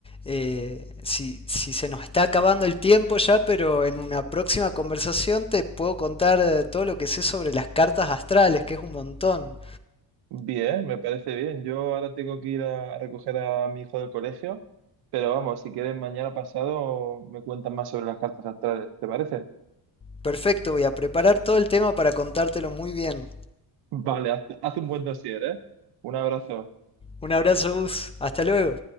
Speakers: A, on the left; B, on the right.
A: eh, si, si se nos está acabando el tiempo ya, pero en una próxima conversación te puedo contar eh, todo lo que sé sobre las cartas astrales, que es un montón.
B: Bien, me parece bien. Yo ahora tengo que ir a, a recoger a mi hijo del colegio, pero vamos, si quieres mañana pasado me cuentas más sobre las cartas astrales, ¿te parece?
A: Perfecto, voy a preparar todo el tema para contártelo muy bien.
B: Vale, haz, haz un buen dossier, ¿eh? Un abrazo.
A: Un abrazo, Gus. Hasta luego.